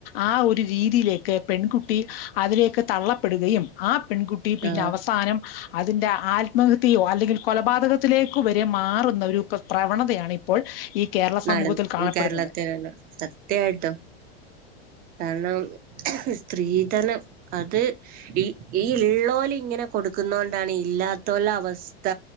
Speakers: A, on the left; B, on the right.
A: ആ ഒരു രീതിയിലേക്ക് പെൺകുട്ടി അതിലേക്ക് തള്ളപ്പെടുകയും ആ പെൺകുട്ടി പിന്നെ
B: ആ
A: അവസാനം അതിന്റെ ആത്മഹത്യോ അല്ലെങ്കിൽ കൊലപാതകത്തിലേക്ക വരെ മാറുന്ന ഒരു പ്രവണതയാണ ഇപ്പോൾ ഈ കേരള
B: നട
A: സമൂഹത്തിൽ കാണപ്പെടുന്നത്
B: ഈ കേരളത്തിനല്ല സത്യായിട്ടോ കാരണം സ്ത്രീധനം അത് ഈ ഈ ഉള്ളോല് ഇങ്ങനെ കൊടുക്കുന്ന കൊണ്ടാണ് ഇല്ലാത്തുള്ള അവസ്ഥ